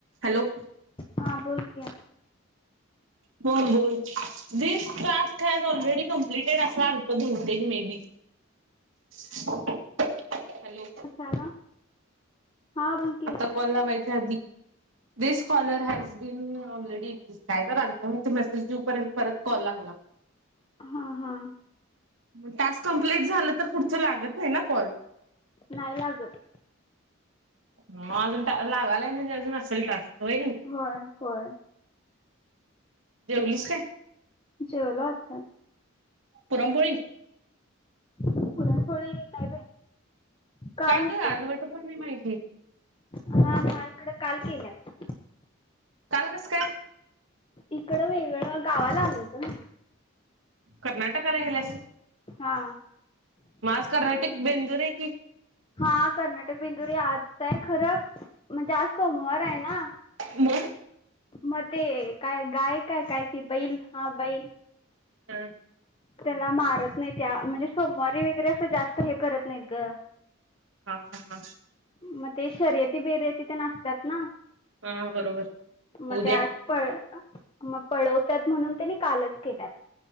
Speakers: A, on the right; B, on the left.
A: Hello!
B: हा बोल की.
A: बोल बोल वीस टास्क हायत ऑलरेडी कम्पेटेड अस आलतं बहुतेक मे हॅलो!
B: कशाला? हा बोल की
A: आता काँल लावायच्या आधी. This caller has been already काय तर, आलतं मग ते मेसेज येऊ पर्यंत परत कॉल लागला.
B: हा हा.
A: मग टास्क कंप्लीट झालं तर, पुढचं लागत नाही ना कॉल?
B: नाही लागत.
A: मग अजून लागालाय म्हणजे अजून असेल टास्क. होय की नाही
B: होय होय.
A: जेवलीस काय?
B: जेवलो आत्ताचं.
A: पुरणपोळी?
B: पुरणपोळी नाही बाई. काल
A: का
B: होत
A: गं आज वट पौर्णिमा हाय की?
B: हां हां इकड काल केल्यात.
A: काल कस काय?
B: इकडं वेगळं गावाला आलोय ग मी.
A: कर्नाटकाला गेल्यास?
B: हा
A: म आज कर्नाटकी बेंदुरी आहे की?
B: हां कर्नाटक बेंदुरी आजच आहे खरं म्हणजे, आज सोमवार आहे ना.
A: म.
B: मग ते काय गाय काय ती बैल हां बैल
A: हा
B: त्याला मारत नाहीत, त्या म्हणजे सोमवारी वगैरे असं जास्त हे करत नाहीत ग.
A: हां हां हां.
B: मग ते शर्यती बेर्यती तेन असतात ना.
A: हा बरोबर
B: म
A: उद्या
B: ते आज पळ मग पळवतात, म्हणून त्यांनी कालच केल्यात.